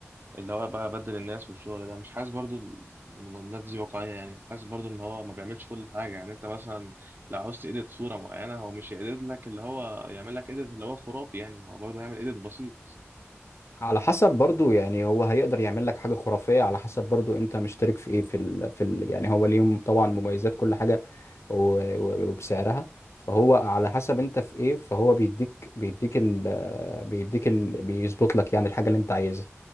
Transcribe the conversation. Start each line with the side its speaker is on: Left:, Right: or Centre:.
Right: اللي هو بقى بدل الناس والشغل ده مش حاسس برضو ال- إن الناس دي واقعية يعني حاسس برضو ان هو ما بيعملش كل حاجة يعني انت مثلا لو عاوز تedit صورة معينة هو مش هيedit لك اللي هو يعمل لك edit اللي هو خرافي يعني هو برضو هيعمل edit بسيط
Left: على حسب برضو يعني هو هيقدر يعمل لك حاجه خرافيه على حسب برضو انت مشترك في ايه في ال... في ال... يعني هو ليهم طبعا مميزات كل حاجه و... و... وبسعرها فهو على حسب انت في ايه فهو بيديك بيديك ال... بيديك ال... بيظبط لك يعني الحاجه اللي انت عايزها